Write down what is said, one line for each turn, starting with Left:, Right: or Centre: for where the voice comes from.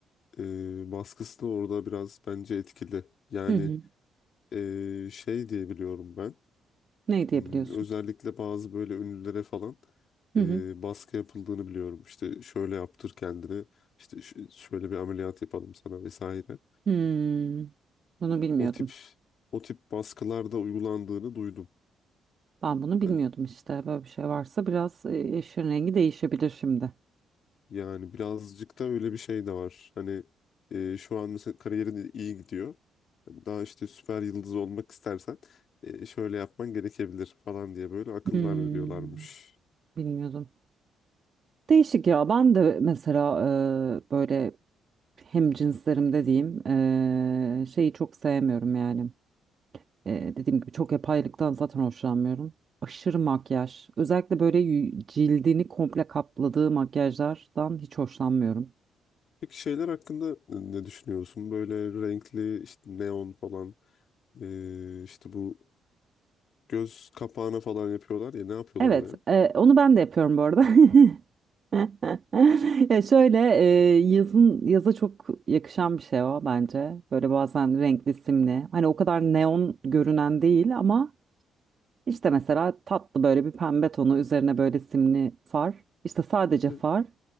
Left: e, baskısı da orada biraz bence etkili. Yani
Right: Hı hı.
Left: e, şey diye biliyorum ben.
Right: Ne diyebiliyorsun?
Left: Hmm, Özellikle bazı böyle ünlülere falan
Right: Hı
Left: e,
Right: hı.
Left: baskı yapıldığını biliyorum. İşte şöyle yaptır kendini, işte ş- şöyle bir ameliyat yapalım sana vesaire.
Right: Hmm. Bunu bilmiyordum.
Left: O tip o tip baskılar da uygulandığını duydum.
Right: Ben bunu bilmiyordum
Left: Yani
Right: işte. Böyle bir şey varsa biraz e, işin rengi değişebilir şimdi.
Left: Yani birazcık da öyle bir şey de var. Hani e, şu an mesela kariyerin iyi gidiyor. Hani Daha işte süper yıldız olmak istersen e, şöyle yapman gerekebilir falan diye böyle akıllar
Right: Hmm.
Left: veriyorlarmış.
Right: Bilmiyordum. Değişik ya. Ben de mesela e, böyle hem cinslerimde diyeyim e, şeyi çok sevmiyorum yani. E, dediğim gibi çok yapaylıktan zaten hoşlanmıyorum. Aşırı makyaj. Özellikle böyle y- cildini komple kapladığı makyajlardan hiç hoşlanmıyorum.
Left: Peki şeyler hakkında ne düşünüyorsun? Böyle renkli işte neon falan e, işte bu göz kapağına falan yapıyorlar ya ne yapıyorlar
Right: Evet,
Left: oraya?
Right: e, onu ben de yapıyorum bu arada. <laughs> <laughs> Ya şöyle e, yazın yaza çok yakışan bir şey o bence. Böyle bazen renkli simli. Hani o kadar neon görünen değil ama işte mesela tatlı böyle bir pembe tonu üzerine böyle simli far. İşte sadece
Left: Böyle
Right: far.